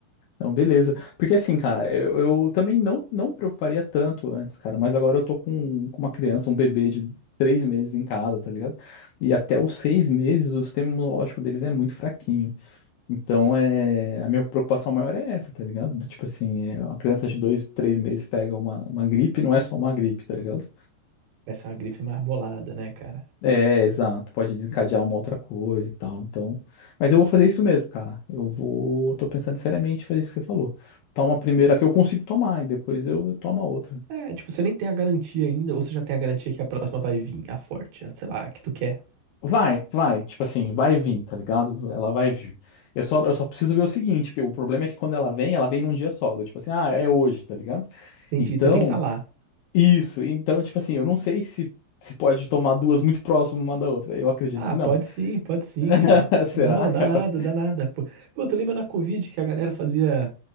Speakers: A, on the left (about 75°); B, on the right (about 70°).
A: Não, beleza. Porque assim, cara, eu, eu também não, não me preocuparia tanto antes, cara, mas agora eu tô com, com uma criança, um bebê de três meses em casa, tá ligado? E até os seis meses o sistema imunológico deles é muito fraquinho. Então, é, a minha preocupação maior é essa, tá ligado? Do Tipo assim, é, uma criança de dois, três meses pega uma, uma gripe, não é só uma gripe, tá ligado?
B: Vai ser uma gripe marbolada, né, cara?
A: É, exato. Pode desencadear uma outra coisa e tal. Então, mas eu vou fazer isso mesmo, cara. Eu vou, tô pensando seriamente em fazer isso que você falou. Toma a primeira que eu consigo tomar e depois eu tomo a outra.
B: É, tipo, você nem tem a garantia ainda, ou você já tem a garantia que a próxima vai vir, a forte, a, sei lá, a que tu quer.
A: Vai, vai, tipo assim, vai vir, tá ligado? Ela vai vir. Eu só, eu só preciso ver o seguinte, porque o problema é que quando ela vem, ela vem num dia só. Eu, tipo assim, ah, é hoje, tá ligado?
B: Entendi,
A: Então,
B: tu tem que estar lá.
A: isso. Então, tipo assim, eu não sei se se pode tomar duas muito próximas uma da outra. Eu acredito
B: Ah,
A: que
B: pode
A: não.
B: sim, pode sim,
A: <laughs>
B: cara.
A: Será,
B: Não,
A: cara?
B: dá nada, dá nada. Pô, pô tu lembra na Covid que a galera fazia